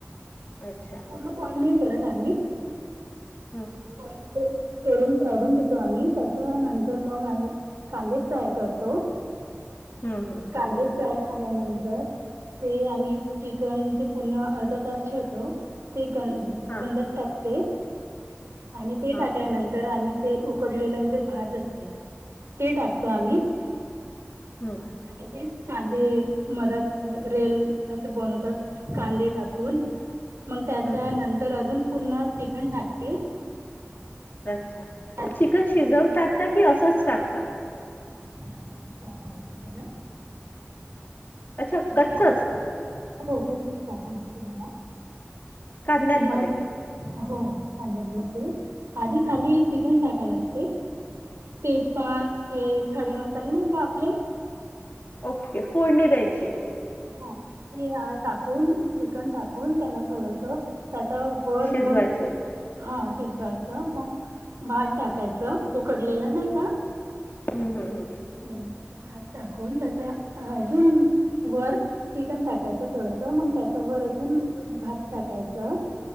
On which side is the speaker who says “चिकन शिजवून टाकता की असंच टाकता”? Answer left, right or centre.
Left